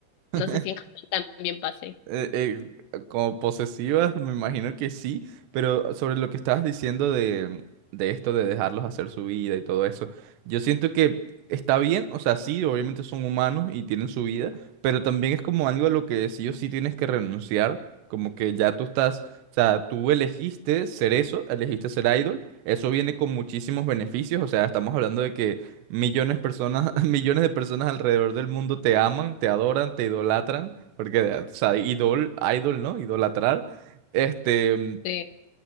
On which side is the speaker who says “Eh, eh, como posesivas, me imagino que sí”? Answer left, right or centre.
Right